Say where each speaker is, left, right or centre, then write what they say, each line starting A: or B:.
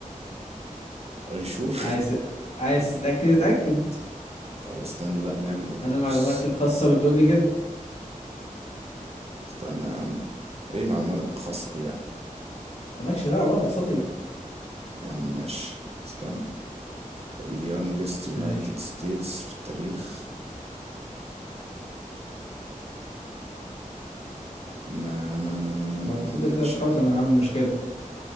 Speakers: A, on the right (about 50°); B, on the left (about 50°).
A: ار يو شور
B: عايز عايز تتأكد اتأكد
A: <laughs> طب استنى لا نعمل بحوث
B: انا معلوماتي الخاصة بتقول لي كده
A: استنى يا عم ايه معلوماتك الخاصة دي يعني
B: مالكش دعوة بقى مصادري
A: يا عم ماشي استنى اليونجست يونايتد
B: ماشي
A: ستيتس في التاريخ ما ما ما ما ما
B: لو
A: ما-
B: مصادري
A: ماشي
B: طلعت
A: يا
B: غلط
A: عم
B: انا هعمل مشكلة